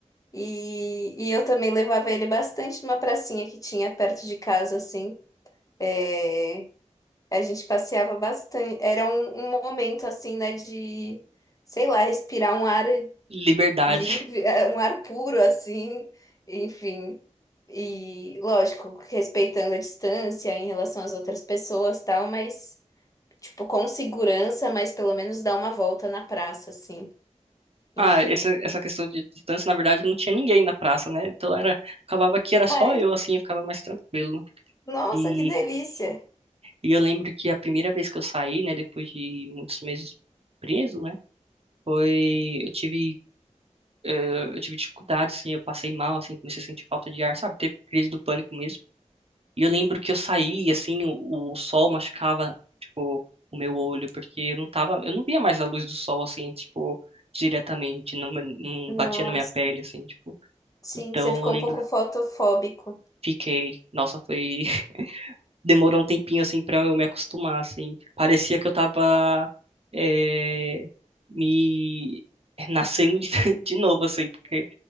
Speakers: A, on the left (about 25°); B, on the right (about 55°).
A: e, e eu também levava ele bastante numa pracinha que tinha perto de casa, assim. É, A gente passeava bastante. Era um, um momento assim, né, de, sei lá, respirar um ar
B: Liberdade.
A: livre,
B: <laughs>
A: <laughs> eh, um ar puro assim, enfim. E lógico, respeitando a distância em relação às outras pessoas, tal, mas tipo com segurança, mas pelo menos dar uma volta na praça assim, enfim.
B: Ah, essa, essa questão de distância, na verdade, não tinha ninguém na praça, né? Então era, acabava que era só
A: Ah, é?
B: eu assim, eu ficava mais tranquilo.
A: Nossa,
B: E,
A: que delícia.
B: e eu lembro que a primeira vez que eu saí, né, depois de muitos meses preso, né? Foi, eu tive eh, eu tive dificuldade, assim, eu passei mal, assim, comecei a sentir falta de ar, sabe? Teve crise do pânico mesmo. E eu lembro que eu saí, assim, o, o sol machucava, tipo, o meu olho, porque eu não tava, eu não via mais a luz do sol, assim, tipo, diretamente, não, não
A: Nossa.
B: batia na minha pele, assim, tipo.
A: Sim,
B: Então
A: você ficou
B: eu lembro,
A: um pouco fotofóbico.
B: que fiquei, nossa, foi demorou um tempinho, assim, pra eu me acostumar, assim. Parecia que eu tava é, me nascendo de, <laughs> de novo, assim, porque